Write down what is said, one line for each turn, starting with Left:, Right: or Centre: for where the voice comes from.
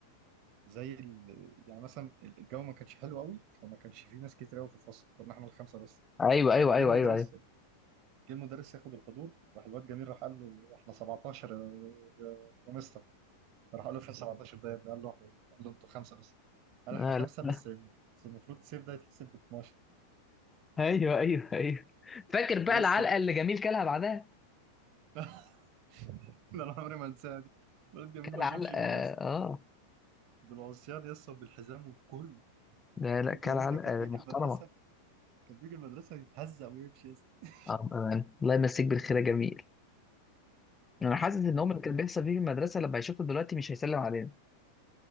Right: زي ال... يعني مثلا الجو ما كانش حلو قوي فما كانش في ناس كتير قوي في الفصل كنا احنا الخمسه بس
Left: ايوه ايوه
Right: فجه
Left: ايوه
Right: المدرس
Left: ايوه ايوه
Right: جه المدرس ياخد الحضور راح الواد جميل راح قال له احنا 17 يا يا- يا مستر راح قال له فين 17 ده يا ابني قال له قال له انتوا خمسه بس قال
Left: لا
Right: احنا خمسه
Left: لا
Right: بس بس المفروض سيف ده يتحسب ب 12
Left: ايوه ايوه ايوه فاكر بقى
Right: يا
Left: العلقه
Right: اسطى
Left: اللي جميل كلها بعدها
Right: <laughs> <laughs> ده انا عمري ما انساها دي الواد جميل
Left: كل
Right: ما
Left: علقه
Right: شافش نور
Left: اه
Right: يا اسطى بالعصيان يا اسطى وبالحزام وبكله
Left: لا لا
Right: الواد
Left: كل
Right: جميل
Left: علقه
Right: ده كان بيجي
Left: محترمه
Right: المدرسه كان بيجي المدرسه يتهزق ويمشي يا اسطى <laughs>
Left: اه بأمان. الله يمسيك بالخير يا جميل انا حاسس ان هم اللي كان بيحصل فيه في المدرسه لما يشوفوا دلوقتي مش هيسلم علينا